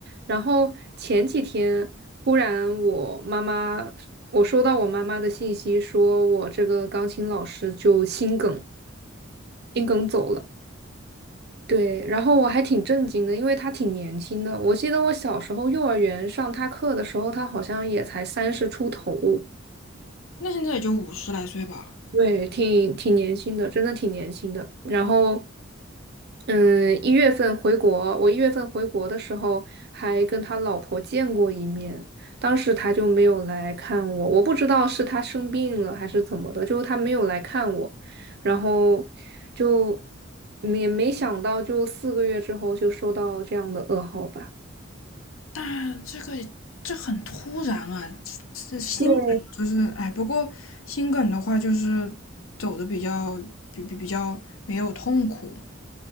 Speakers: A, on the right; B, on the left.
A: 然后前几天忽然我妈妈，我收到我妈妈的信息，说我这个钢琴老师就心梗，心梗走了。对，然后我还挺震惊的，因为他挺年轻的。我记得我小时候幼儿园上他课的时候，他好像也才三十出头。
B: 那现在也就五十来岁吧，
A: 对，挺挺年轻的，真的挺年轻的。然后。嗯，一月份回国，我一月份回国的时候还跟他老婆见过一面，当时他就没有来看我，我不知道是他生病了还是怎么的，就是他没有来看我，然后就也没想到，就四个月之后就收到这样的噩耗吧。
B: 但这个这很突然啊，这这心梗就是哎，
A: 对。
B: 不过心梗的话就是走的比较比比比较没有痛苦，